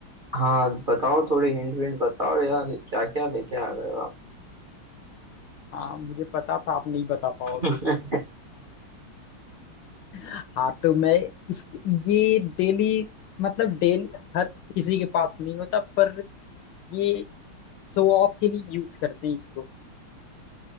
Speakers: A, on the right; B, on the left.
A: हाँ बताओ थोड़ी हिंट विंट बताओ यार क्या क्या लेके आ गए हो आप
B: हाँ मुझे पता था आप नहीं बता पाओगे
A: <laughs>
B: हाँ तो मैं इस ये डेली मतलब डेली हर किसी के पास नहीं होता पर ये शो ऑफ के लिए यूज करते हैं इसको